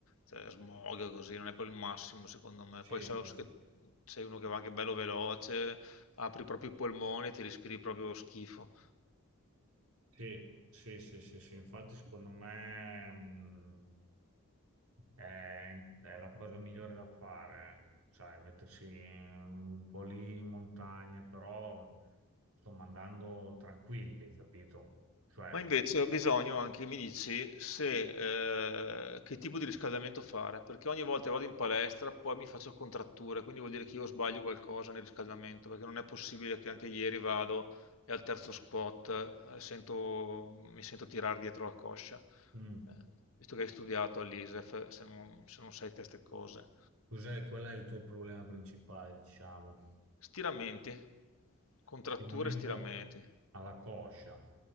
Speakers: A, on the left (about 70°); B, on the right (about 75°).
A: cioè, smog così, non è poi il massimo secondo me.
B: Sì,
A: Poi so
B: sì,
A: che sei uno che va anche bello veloce, apri proprio i polmoni, ti respiri proprio schifo.
B: sì, sì, sì, sì, sì. Infatti secondo me mh, è, è la cosa migliore da fare, sai, mettersi un po' lì in montagna, però insomma andando tranquilli, capito? Cioè,
A: Ma invece ho bisogno anche, mi dici, se, eh, che tipo di riscaldamento fare, perché ogni volta che vado in palestra poi mi faccio contratture, quindi vuol dire che io sbaglio qualcosa nel riscaldamento, perché non è possibile che anche ieri vado e al terzo squat eh, sento- mi sento tirare dietro la coscia,
B: mm.
A: Eh, visto che hai studiato all'ISEF, se non, se non sai queste cose.
B: Cos'è, qual è il tuo problema principale, diciamo?
A: Stiramenti, contratture
B: Stimamento
A: e stiramenti.
B: alla coscia.